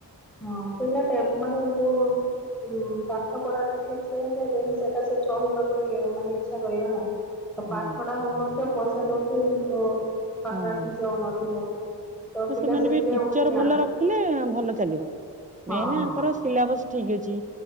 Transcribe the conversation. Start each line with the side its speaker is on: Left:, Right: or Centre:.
Centre: ହଁ ପିଲା ଟେ ମାନେ ଯୋଉ ଉଁ ପାଠ ପଢା ଟା ଠିକ ସେ ହେଲେ ଦେନ ସେଟା ସେଠି ରହିବାକୁ ଇ ମାନେ ଇଚ୍ଛା କରିବ ନା। ପାଠ
Right: ହଁ।
Centre: ଟା ହଉନଥିବ ପଇସା ଦଉଥିବେ କିନ୍ତୁ ପାଠ
Right: ହଁ
Centre: ଟା ଠିକ ସେ ହଉନଥିବ। ତ ପିଲା
Right: ସେମାନେ
Centre: ସେଥିପାଇଁ
Right: ବି ଟିଚର
Centre: ଉଠେଇ
Right: ଭଲ
Centre: ଆଣୁଛନ୍ତି
Right: ରଖିଲେ ଭଲ ଚାଲିବ
Centre: ହଁ
Right: ମେନେ
Centre: ହଁ
Right: ଆଙ୍କର ସିଲାବସ ଠିକ୍ ଅଛି